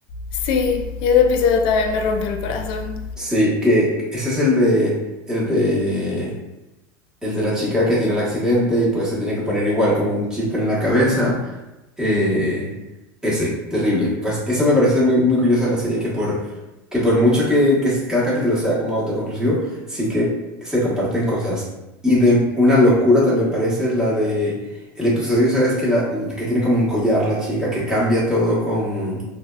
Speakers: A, on the left (about 45°); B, in the centre.
A: sí, y ese episodio también me rompió el corazón.
B: Sí, que ese es el de, el de, el de la chica que tiene el accidente y pues se tiene que poner igual como un chip en la cabeza. Eh, ese, terrible. Pues eso me parece muy, muy curioso de la serie, que por, que por mucho que, que cada capítulo sea como autoconclusivo, sí que se comparten cosas. Y de una locura también parece la de el episodio, ¿sabes? Que, la, que tiene como un collar la chica, que cambia todo con...